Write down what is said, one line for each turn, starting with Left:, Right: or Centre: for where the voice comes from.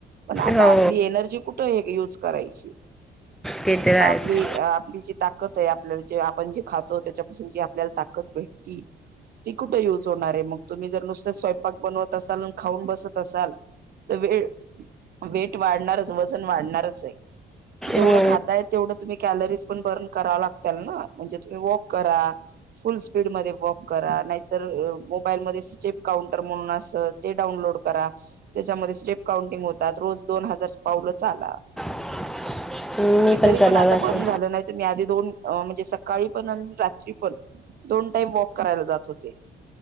Right: पण आता
Centre: हो
Right: आपली एनर्जी कुठ एक युज करायची.
Centre: ते तर आहेच
Right: आपली आपली जी ताकदय, आपल्याला जे, आपण जे खातो. त्याच्यापासून जी आपल्याला ताकद भेटती. तो युज होणारय, मग. तुम्ही जर नुसत स्वयंपाक बनवत असाल, न खाऊन बसत असाल. तर वेळ वेट वाढणारच. वजन वाढणारचय. जेवढं
Centre: हो
Right: खाताय तेवढं तुम्ही कॅलरीज पण बर्न कराव लागत्यालन म्हणजे तुम्ही वॉक करा, फुल स्पीड मध्ये वॉक करा नाही तर मोबाईलमध्ये स्टेप काउंटर म्हणून अस ते डाउनलोड करा. त्याच्यामध्ये स्टेप काउंटिंग होतात रोज दोन हजार पावलं चाला.
Centre: <inaudible>
Right: मी तरी
Centre: करणार
Right: पण आता
Centre: असं
Right: बंद झालं नाही त मी आधी दोन म्हणजे सकाळी पण आणि रात्री पण दोन टाइम वॉक करायला जात होते.